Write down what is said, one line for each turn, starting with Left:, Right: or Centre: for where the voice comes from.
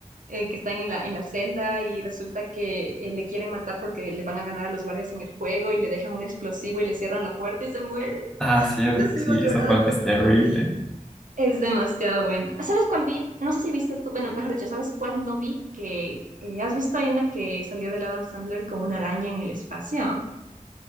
Right: eh, que están en la, en la celda y resulta que eh, le quieren matar porque le van a ganar a los guardias en el juego y le dejan un explosivo y le cierran la puerta y se muere.
Centre: Ah, cierto,
Right: Yo sigo
Centre: sí,
Right: llorando
Centre: esa parte es
Right: todavía.
Centre: terrible.
Right: Es demasiado bueno. ¿Sabes cuál vi? No sé si viste tú, bueno, mejor dicho, ¿sabes cuál no vi? Que eh, has visto hay una que salió del Adam Sandler con una araña en el espacio.